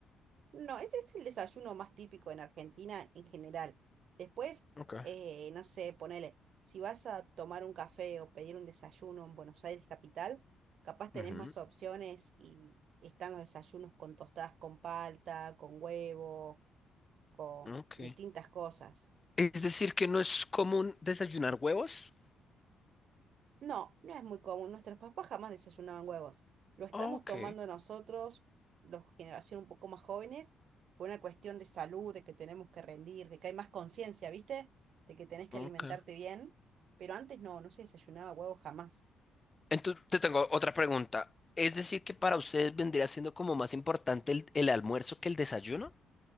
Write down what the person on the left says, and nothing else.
Ok.
Ujú,
ok.
Es decir, que no es común desayunar huevos.
Ah, ok,
ok.
Entonces, te tengo otra pregunta. Es decir, que para ustedes vendría siendo como más importante el, el almuerzo que el desayuno.